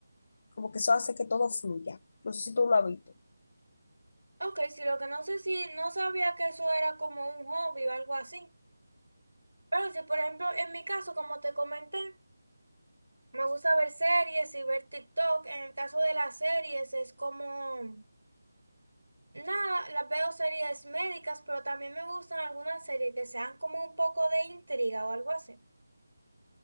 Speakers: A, on the left; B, on the right.
A: como que eso hace que todo fluya. No sé si tú lo has visto.
B: Ok, sí, lo que no sé si no sabía que eso era como un hobby o algo así. Pero si, por ejemplo, en mi caso, como te comenté, Me gusta ver series y ver TikTok. En el caso de las series es como, nada, las veo series médicas, pero también me gustan algunas series que sean como un poco de intriga o algo así.